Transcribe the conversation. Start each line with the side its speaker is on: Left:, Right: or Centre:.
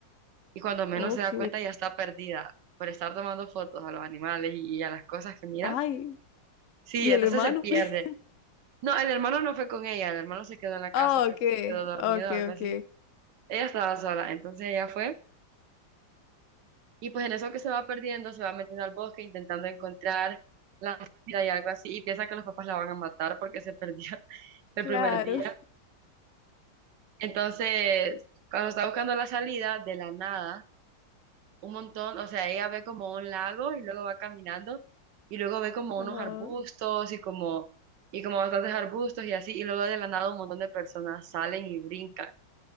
Right: y cuando menos
Left: ok,
Right: se da cuenta ya está perdida por estar tomando fotos a los animales y, y a las cosas que mira.
Left: ay,
Right: Sí,
Left: ¿y
Right: entonces
Left: el hermano?
Right: se pierde.
Left: <laughs>
Right: No, el hermano no fue con ella, el hermano se quedó en la casa,
Left: Ah,
Right: creo
Left: ok,
Right: que se quedó dormido,
Left: ok,
Right: o algo
Left: ok,
Right: así. Ella estaba sola, entonces ella fue. Y pues en eso que se va perdiendo, se va metiendo al bosque intentando encontrar la salida y algo así, y piensa que los papás la van a matar porque se perdió <laughs> el
Left: claro,
Right: primer día. Entonces, cuando está buscando la salida, de la nada, un montón, o sea, ella ve como un lago y luego va caminando, y luego ve como
Left: ajá,
Right: unos arbustos y como, y como bastantes arbustos y así, y luego de la nada un montón de personas salen y brincan,